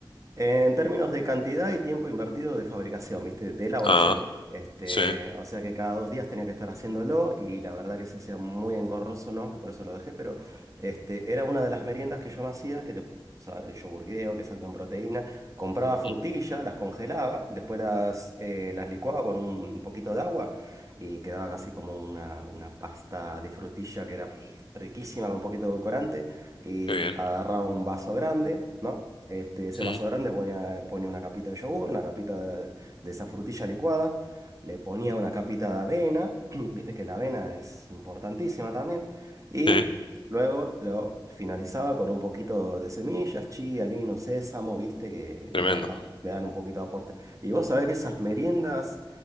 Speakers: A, on the right; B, on the left.
A: En términos de cantidad y tiempo invertido de fabricación, ¿viste? De elaboración.
B: Ah,
A: Este,
B: sí.
A: o sea que cada dos días tenía que estar haciéndolo y la verdad que se hacía muy engorroso, ¿no? Que por eso lo dejé, pero este, era una de las meriendas que yo me hacía, que le- o sea, el yogur griego, que salta en proteína, compraba frutillas,
B: Mm.
A: las congelaba, después las, eh, las licuaba con un poquito de agua y quedaba casi como una, una pasta de frutilla que era riquísima con un poquito de edulcorante y
B: Qué bien.
A: agarraba un vaso grande, ¿no? Este, ese
B: Mm,
A: vaso grande ponía, ponía una capita de yogur, una capita de, de esa frutilla licuada, le ponía una capita de avena, <clears throat> viste que la avena es importantísima también, y
B: eh,
A: luego lo finalizaba con un poquito de semillas, chía, lino, sésamo, viste que
B: tremendo.
A: le dan, tam- le dan un poquito de aporte. Y vos sabés que esas meriendas